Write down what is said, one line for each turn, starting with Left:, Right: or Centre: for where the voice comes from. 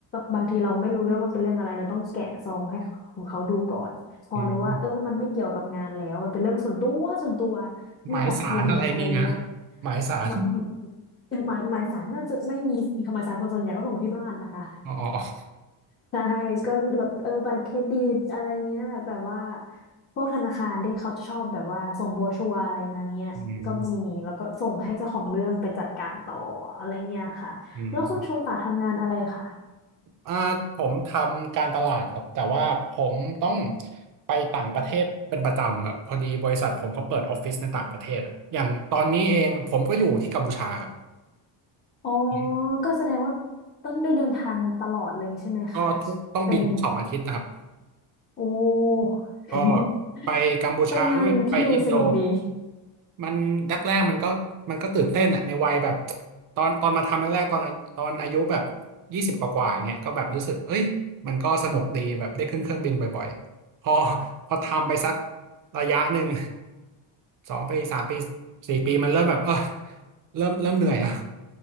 Left: บางทีเราไม่รู้เรื่องมันเป็นเรื่องอะไรเราต้องแกะซองให้ของเขาดูก่อนพอรู้ว่าเออมันไม่เกี่ยวกับงานแล้วมันเป็นเรื่องส่วนตัวส่วนตัว
Right: อืมหมายสารอะไรมีไหม
Left: มีบัตรเครดิตอะไรเงี้ย
Right: หมายสาร
Left: หมายหมายหมายสารน่าจะไม่มี <laughs> หมายสารคนส่วนใหญ่เขาส่งมาที่บ้านนะคะ
Right: อ๋อ
Left: ใช่ก็แบบเออบัตรเครดิตอะไรเงี้ยแบบว่าพวกธนาคารที่เขาชอบแบบว่าส่งโบรชัวร์อะไรมาเงี้ยก็มีแล้วก็ส่งให้เจ้าของเรื่องไปจัดการต่ออะไรเงี้ยค่ะแล้วคุณโชตะทำงานอะไรคะ
Right: อืมอืมอ่าผมทำการตลาดครับ แต่ว่าผมต้องไปต่างประเทศเป็นประจำแบบพอดีบริษัทผมเขาเปิดออฟฟิศในต่างประเทศอะอย่างตอนนี้เองผมก็อยู่ที่กัมพูชาครับ
Left: อ๋อ
Right: ผม
Left: ก็แสดงว่าต้องได้เดินทางตลอดเลยใช่ไหมคะ
Right: ก็ทุกต้องบินทุกสองอาทิตย์นะครับ
Left: เป็นโอ้ <laughs>
Right: ก็ไปกัมพูชาด้วยไปอินโด
Left: เป็นงานที่ดูสนุกดี
Right: มันแรกแรกมันก็มันก็ตื่นเต้นอะในวัยแบบตอนตอนมาทำแรกๆตอนตอนอายุแบบยี่สิบกว่าๆเนี่ยก็แบบรู้สึกเอ้ยมันก็สนุกดีแบบได้ขึ้นเครื่องบินบ่อยๆพอพอทำไปสักระยะหนึ่งสองปีสามปีสี่ปีมันเริ่มแบบเออเริ่มเริ่มเหนื่อยอะ